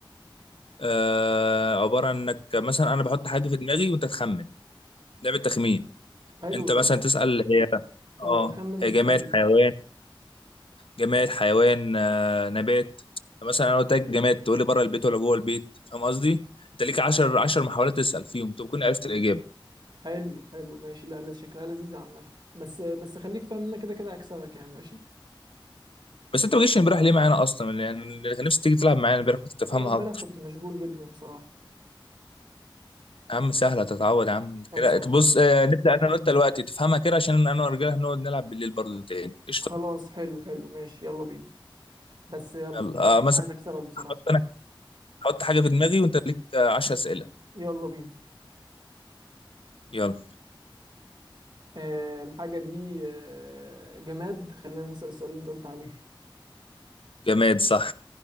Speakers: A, on the left; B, on the right.
A: آه عباره عن انك مثلا انا بحط حاجه في دماغي وانت تخمن لعبه تخمين
B: حلو
A: انت مثلا
B: طب
A: تسال هي اه
B: اه بخمن
A: هي
B: ازاي
A: جماد حيوان جماد حيوان آه، نبات مثلا انا قلت لك جماد تقول لي بره البيت ولا جوه البيت فاهم قصدي انت ليك 10 10 محاولات تسال فيهم تكون عرفت الاجابه
B: حلو حلو ماشي لا لا شكلها لذيذه عامه بس بس خليك فاهم ان أنا كده كده هكسبك يعني ماشي
A: بس انت ما جيتش امبارح ليه معانا اصلا يعني اللي كان نفسي تيجي تلعب معانا امبارح كنت تفهمها
B: لا امبارح
A: اكتر
B: كنت مشغول جدا بصراحه
A: يا عم سهله تتعود يا عم
B: خلصان
A: كده بص آه، نبدا انا وانت دلوقتي تفهمها كده عشان انا والرجاله هنقعد نلعب بالليل برضه تاني قشطه
B: خلاص حلو حلو ماشي يلا بينا بس يلا
A: يلا
B: يلا
A: آه مثلا
B: انا عايز اكسبك بصراحه
A: حط انا حط حاجه في دماغي وانت ليك 10 اسئله
B: يلا بينا
A: يلا
B: آه الحاجه دي آه جماد خلينا نسأل السؤال اللي انت قلت عليه
A: جماد صح